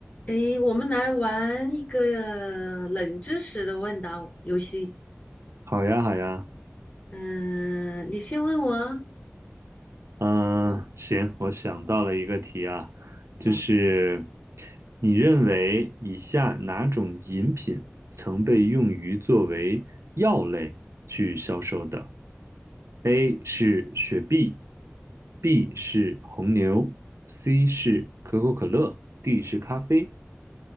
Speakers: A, on the left (about 35°); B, on the right (about 80°).
A: 诶，我们来玩一个冷知识的问答游戏。
B: 好呀，好呀，
A: 嗯、你先问我啊
B: 嗯，行，我想到了一个题啊，就是
A: 嗯，
B: 你认为以下哪种饮品曾被用于作为药类去销售的？A 是雪碧，B 是红牛，C 是可口可乐，D 是咖啡。